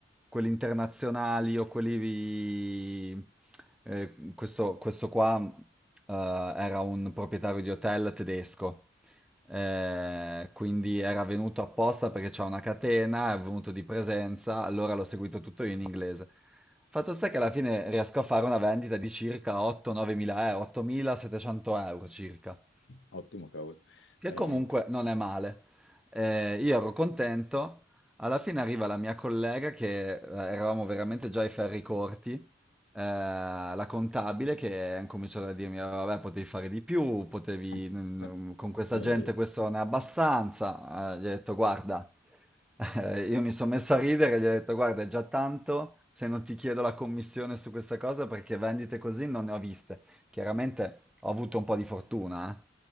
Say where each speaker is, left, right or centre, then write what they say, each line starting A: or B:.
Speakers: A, in the centre; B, on the left.
A: quelli internazionali o quelli... eh, questo, questo qua, eh, era un proprietario di hotel tedesco eh, quindi era venuto apposta perché c'è una catena, è venuto di presenza, allora l'ho seguito tutto io in inglese. Fatto sta che alla fine riesco a fare una vendita di circa 8-9 mila euro, 8.700 euro circa
B: Ottimo, cavolo,
A: che
B: veramente.
A: comunque non è male. Eh, io ero contento, alla fine arriva la mia collega che eh, eravamo veramente già ai ferri corti, eh, la contabile che ha cominciato a dirmi, "Ah, vabbè, potevi fare di più, potevi,
B: <laughs>
A: mm, mm, con questa
B: Mio
A: gente
B: Dio.
A: questo non è abbastanza. Eh, gli ho detto, guarda, eh, io mi sono messo a ridere, gli ho detto, guarda, è già tanto se non ti chiedo la commissione su questa cosa perché vendite così non ne ho viste. Chiaramente ho avuto un po' di fortuna, eh.